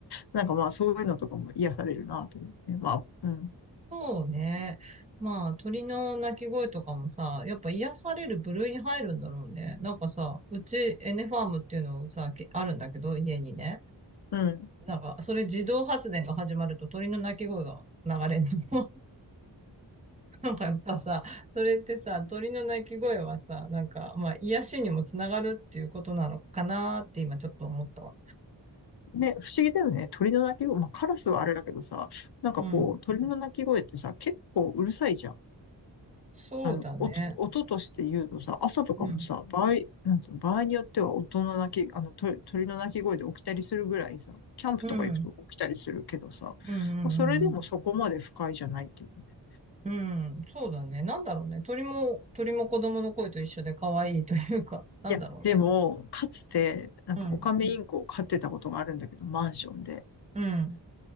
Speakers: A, on the left (about 65°); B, on the right (about 15°).
A: なんかまあそういうのとかも癒されるなと思って。まあ、うん。
B: そうね。まあ、鳥の鳴き声とかもさ、やっぱ癒される部類に入るんだろうね。なんかさ、うちエネファームっていうのをさ、けあるんだけど、家にね。
A: うん。
B: なんか、それ自動発電が始まると鳥の鳴き声が流れるの。<laughs> なんかやっぱさ、<laughs> それってさ、鳥の鳴き声はさ、なんか、まあ、癒しにもつながるっていうことなのかなーって今ちょっと思ったわ。
A: で、不思議だよね。鳥の鳴き声。まあカラスはあれだけどさ、なんかこう、
B: うん。
A: 鳥の鳴き声ってさ、結構うるさいじゃん。
B: そうだね。
A: あの、音、音として言うとさ、朝とかもさ、
B: うん。
A: 場合、なんつうの、場合によっては音の鳴き、あの、鳥、鳥の鳴き声で起きたりするぐらいさ、キャンプとか行くと起きたりするけどさ、
B: うん。うんうんうん
A: まあ、それでもそこまで不快じゃないっていうかね。
B: うん。うん。そうだね。なんだろうね。鳥も、鳥も子供の声と一緒で可愛いというか、なんだろうね。
A: いや、でも、かつて、なんかオカメインコを飼ってたことがあるんだけど、
B: うん。
A: マンションで。
B: うん。